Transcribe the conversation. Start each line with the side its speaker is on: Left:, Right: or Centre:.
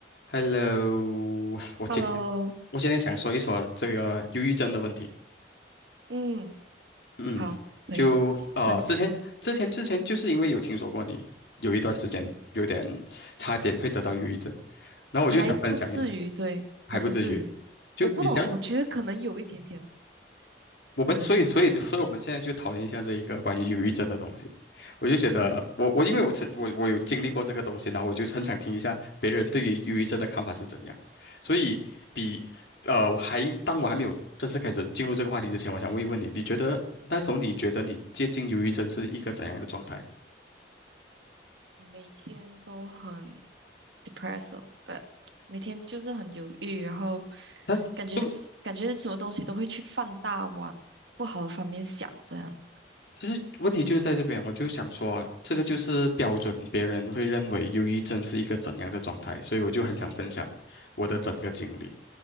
Left: Hello，我今天
Right: Hello，
Left: 我今天想说一说这个忧郁症的问题。
Right: 嗯，
Left: 嗯，
Right: 好，可以分享一下，
Left: 就呃，之前之前之前就是因为有听说过你有一段时间有点差点会得到忧郁症，然后我就想分享一下，
Right: 还不至于，对，
Left: 还不至于。
Right: 还不至于。
Left: 就你讲，
Right: 我不懂，我觉得可能有一点点了，
Left: 我们所以所以所以我们现在就讨论一下这一个关于忧郁症的东西。
Right: 可能有，
Left: 我就觉得我我因为我曾我我有经历过这个东西呢，
Right: 嗯，
Left: 我就很想听一下别人对于忧郁症的看法是怎样。所以比呃我还当我还没有正式开始进入这个话题之前，我想问一问你，你觉得那时候你觉得你接近忧郁症是一个怎样的状态？
Right: 每天都很 depressed，哦呃，每天就是很犹豫，然后
Left: 但是问
Right: 感觉是感觉什么东西都会去放大往不好的方面想，这样，
Left: 其实问题就是在这边，我就想说，这个就是标准，
Right: 嗯，
Left: 别人会认为忧郁症是一个怎样的状态，所以我就很想分享我的整个经历，